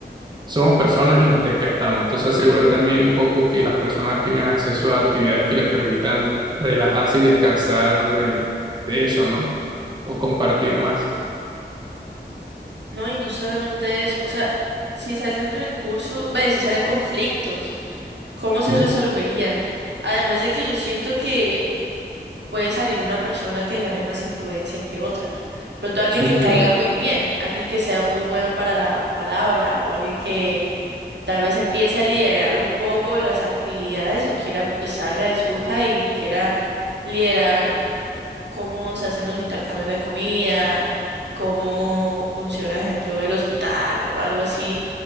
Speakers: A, on the right; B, on the right.
A: somos personas y nos desgastamos. Entonces asegurar también un poco que las personas tengan acceso a actividades que les permitan relajarse y descansar de, de eso, ¿no? o compartir más.
B: No, y no solamente eso, o sea, si salen recursos, ve, si salen conflictos, ¿cómo
A: Sí,
B: se resolverían? Además de que yo siento que puede salir una persona que gane más influencia que otras. De Pronto alguien
A: sí,
B: que
A: eso,
B: caiga muy bien, alguien que sea muy bueno para la palabra o alguien que tal vez empiece a liderar un poco las actividades o quiera, pues salga de surja y quiera liderar cómo se hacen los intercambios de comida, cómo funciona, ejemplo, el hospital o algo así.